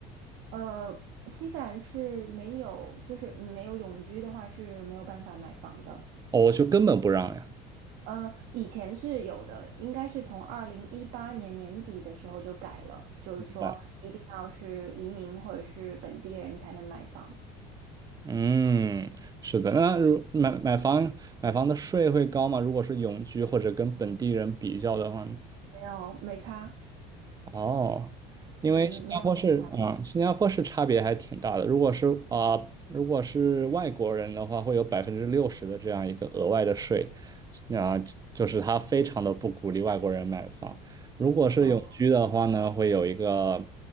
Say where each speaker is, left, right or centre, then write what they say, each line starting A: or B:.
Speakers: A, on the right; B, on the right.
A: 呃，新西兰是没有，就是没有永居的话是没有办法买房的。
B: 哦，我就根本不让呀。
A: 呃，以前是有的，应该是从二零一八年年底的时候就改了，就是说一定要是移民或者是本地人才能买房，
B: 明白。嗯，是的。那如买买房买房的税会高吗？如果是永居或者跟本地人比较的话呢
A: 没有没差，
B: 哦，因为新加坡是啊、
A: 嗯，没有差别。
B: 新加坡是差别还挺大的。如果是啊、如果是外国人的话，会有百分之六十的这样一个额外的税，啊、就是他非常的不鼓励外国人买房。如果是永居的话呢，
A: 哦，
B: 会有一个